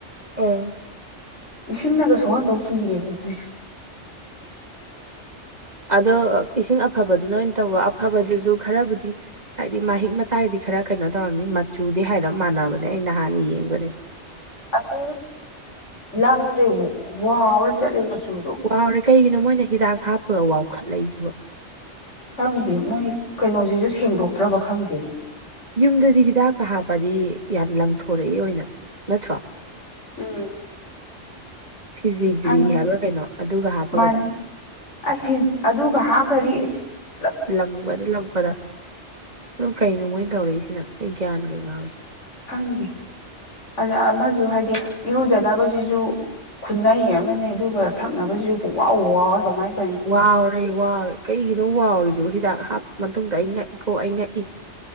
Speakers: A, on the right; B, on the left.
A: ꯑ
B: ꯏꯁꯤꯡꯅꯒ ꯁꯨꯍꯟꯗꯧ ꯀꯤꯔꯦ ꯃꯤꯠꯁꯦ
A: ꯑꯗꯣ ꯏꯁꯤꯡ ꯑꯐꯕꯗꯨꯅ ꯑꯣꯏꯅ ꯇꯧꯔꯣ ꯑꯐꯕꯗꯨꯁꯨ ꯈꯔꯕꯨꯗꯤ ꯍꯥꯏꯗꯤ ꯃꯍꯤꯛ ꯃꯇꯥꯏꯗꯤ ꯈꯔ ꯀꯩꯅꯣ ꯇꯧꯔꯝꯅꯤ ꯃꯆꯨꯗꯤ ꯍꯥꯏꯔ ꯃꯥꯟꯅꯕꯅꯦ ꯑꯩ ꯅꯍꯥꯟꯅ ꯌꯦꯡꯕꯅꯦꯕ
B: ꯑꯁꯤ ꯂꯪꯗ꯭ꯔꯦ ꯋꯥꯎꯔ ꯆꯠꯂꯦ ꯃꯆꯨꯗꯣ
A: ꯋꯥꯎꯔꯦ ꯀꯩꯒꯤꯅꯣ ꯃꯣꯏꯅ ꯍꯤꯗꯥꯛ ꯍꯥꯞꯄꯒ ꯋꯥꯎꯈꯠꯂꯛꯏꯁꯤꯕ
B: ꯈꯪꯗꯦ ꯃꯣꯏ ꯀꯩꯅꯣꯁꯤꯁꯨ ꯁꯦꯡꯗꯣꯛꯇ꯭ꯔꯕ ꯈꯪꯗꯦꯅꯦ
A: ꯌꯨꯝꯗꯗꯤ ꯍꯤꯗꯥꯛꯀ ꯍꯥꯞꯕꯗꯤ ꯌꯥꯝ ꯂꯪꯊꯣꯔꯛꯏꯦ ꯑꯣꯏꯅ ꯅꯠꯇ꯭ꯔꯣ
B: ꯎꯝ
A: ꯐꯤꯖꯤꯒ꯭ꯔꯤ
B: ꯈꯪ
A: ꯍꯥꯏꯕ꯭ꯔꯥ ꯀꯩꯅꯣ ꯑꯗꯨꯒ ꯍꯥꯞꯄꯒꯗ
B: ꯃꯥꯅꯦ ꯑꯁ ꯐꯤ ꯑꯗꯨꯒ ꯍꯥꯞꯈꯔꯤ ꯏꯁꯁ
A: ꯂꯪꯕꯗ ꯂꯄꯗ ꯑꯗꯨ ꯀꯩꯅꯣ ꯃꯣꯏꯅ ꯇꯧꯔꯛꯏꯁꯤꯅ ꯑꯩ ꯒ꯭ꯌꯥꯟꯒ ꯉꯥꯎꯋ
B: ꯍꯪꯗꯦ ꯑꯗ ꯑꯃꯁꯨ ꯍꯥꯏꯗꯤ ꯏꯔꯨꯖꯅꯕꯁꯤꯁꯨ ꯈꯨꯟꯟꯅꯩ ꯑꯃꯅꯤ ꯑꯗꯨꯒ ꯊꯛꯅꯕꯁꯤꯁꯨ ꯄꯨꯋꯥꯎ ꯋꯥ ꯀꯃꯥꯏꯅ ꯇꯧ
A: ꯋꯥꯎꯔꯦ ꯋꯥꯎꯔꯦ ꯀꯩꯒꯤꯅꯣ ꯋꯥꯎꯔꯤꯁꯤꯕꯣ ꯍꯤꯗꯥꯛ ꯍꯥꯞꯄ ꯃꯇꯨꯡꯗ ꯑꯩ ꯉꯛꯏꯈꯣ ꯑꯩ ꯉꯛꯏ